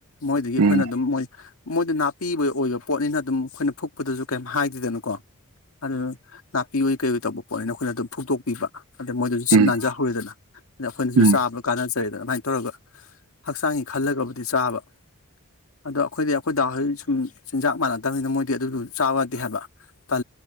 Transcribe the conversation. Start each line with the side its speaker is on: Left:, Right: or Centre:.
Left: ꯃꯣꯏꯗꯒꯤ
Right: ꯎꯝ
Left: ꯑꯩꯈꯣꯏꯅ ꯑꯗꯨꯝ ꯃꯣꯏ ꯃꯣꯏꯗ ꯅꯥ ꯄꯤꯕꯣꯏ ꯑꯣꯏꯕ ꯄꯣꯠꯅꯤꯅ ꯑꯗꯨꯝ ꯑꯩꯈꯣꯏꯅ ꯐꯨꯛꯄꯗꯁꯨ ꯀꯩꯝ ꯍꯥꯏꯗ꯭ꯔꯤꯗꯅꯀꯣ ꯑꯗꯨꯗꯥ ꯅꯥꯄꯤ ꯑꯣꯏ ꯀꯩꯑꯣꯏ ꯇꯧꯕꯨꯛ ꯄꯣꯠꯅꯤꯅ ꯑꯩꯈꯣꯏꯅ ꯑꯗꯨꯝ ꯐꯨꯛꯇꯣꯛꯄꯤꯕ ꯑꯗꯩ ꯃꯣꯏꯗꯁꯨ ꯁꯤꯠ
Right: ꯎꯝ
Left: ꯅꯥꯟꯖꯍꯧꯔꯦꯗꯅ ꯑꯗ ꯑꯩꯈꯣꯏꯅꯁꯨ
Right: ꯎꯝ
Left: ꯆꯥꯕ ꯀꯥꯟꯅꯖꯔꯦꯗꯅ ꯑꯗꯨꯃꯥꯏꯅ ꯇꯧꯔꯒ ꯍꯛꯆꯥꯡꯒꯤ ꯈꯜꯂꯒꯕꯨꯗꯤ ꯆꯥꯕ ꯑꯗꯣ ꯑꯩꯈꯣꯏꯗꯤ ꯑꯩꯈꯣꯏꯗꯗꯥꯍꯣꯏ ꯁꯨꯝ ꯆꯤꯟꯖꯥꯛ ꯃꯥꯟꯅꯛꯇꯕꯅꯤꯅ ꯃꯣꯏꯗꯤ ꯑꯗꯨꯗꯨ ꯆꯥꯕꯗꯦ ꯍꯥꯏꯕ ꯇꯟ